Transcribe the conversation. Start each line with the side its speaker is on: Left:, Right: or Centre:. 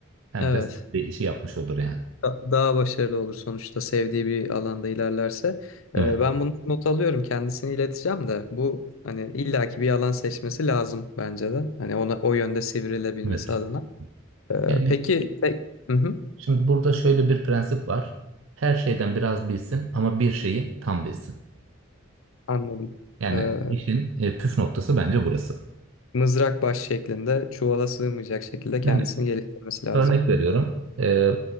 Right: hem
Left: Evet.
Right: de sevdiği işi yapmış olur yani.
Left: da- daha başarılı olur sonuçta sevdiği bir alanda ilerlerse.
Right: Evet,
Left: Ee, ben bunu not alıyorum kendisini ileteceğim de bu hani illaki bir alan seçmesi lazım bence de. Hani ona o yönde sivrilebilmesi
Right: evet.
Left: adına. Ee,
Right: Yani
Left: peki te- Hı hı,
Right: şimdi burada şöyle bir prensip var. Her şeyden biraz bilsin ama bir şeyi tam bilsin.
Left: anladım.
Right: Yani
Left: Ee,
Right: işin e, püf noktası bence burası.
Left: mızrak baş şeklinde çuvala sığmayacak şekilde kendisini
Right: Yani
Left: geliştirmesi lazım.
Right: Örnek veriyorum. Ee,